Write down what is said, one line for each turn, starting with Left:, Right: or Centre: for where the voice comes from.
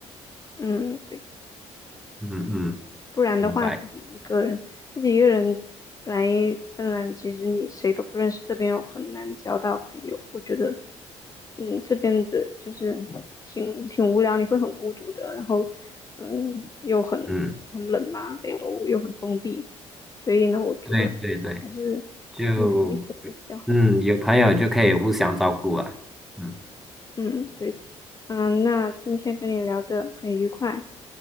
Left: 嗯，对。
Centre: 嗯嗯，
Left: 不然的话，
Centre: 明白。
Left: 自己一个人，自己一个人来芬兰，其实你谁都不认识，这边又很难交到朋友。我觉得，嗯，这边的就是挺挺无聊，你会很孤独的，然后，嗯，又很
Centre: 嗯，
Left: 很冷嘛，北欧又很封闭，所以呢，我觉得还是跟朋友一起来比较好。
Centre: 对对对，就。嗯，有朋友就可以互相照顾了。嗯，
Left: 嗯，对的。嗯，那今天跟你聊的很愉快，